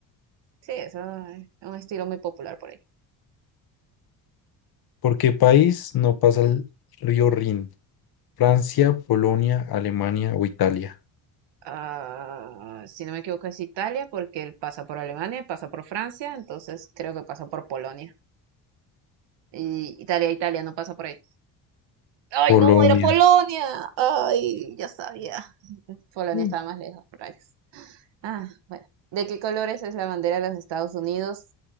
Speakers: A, on the right; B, on the left.
A: sí, eso es un estilo muy popular por ahí.
B: ¿Por qué país no pasa el río Rin? Francia, Polonia, Alemania o Italia.
A: ah, si no me equivoco, es Italia, porque él pasa por Alemania, pasa por Francia, entonces creo que pasa por Polonia. Y Italia, Italia, no pasa por ahí. ¡Ay,
B: Polonia.
A: no! ¡Era Polonia! ¡Ay, ya sabía! Polonia
B: <laughs>
A: estaba más lejos, rayos. Ah, bueno. ¿De qué colores es la bandera de los Estados Unidos?